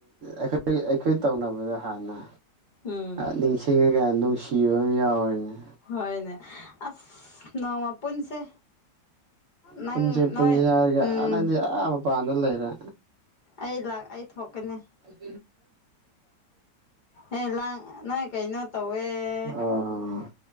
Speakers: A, on the right; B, on the left.
A: ꯑꯩꯈꯣꯏ ꯑꯩꯈꯣꯏ ꯇꯧꯅꯕꯗ ꯍꯥꯟꯅ
B: ꯎꯝ
A: ꯅꯤꯡꯁꯤꯡꯉꯒ ꯅꯨꯡꯁꯤ ꯀꯤꯕ ꯑꯃ ꯌꯥꯎꯑꯦꯅꯦ
B: ꯍꯣꯏꯅꯦ ꯑꯁ ꯅꯣꯡꯃꯥ ꯄꯨꯟꯁꯦ ꯅꯪ
A: ꯄꯨꯟꯁꯦ ꯄꯨꯟꯁꯦ
B: ꯅꯣꯏ
A: ꯍꯥꯏꯔꯒ
B: ꯎꯝ
A: ꯑꯥ ꯅꯪꯗꯤ ꯑꯥ ꯃꯄꯥꯟꯗ ꯂꯩꯔꯦ
B: ꯑꯩ ꯂꯥꯛ ꯑꯩ ꯊꯣꯛꯀꯅꯤ
A: <unintelligible>
B: ꯍꯦ ꯂꯥꯡ ꯅꯣꯏ ꯀꯩꯅꯣ ꯇꯧꯋꯦ
A: ꯑꯥ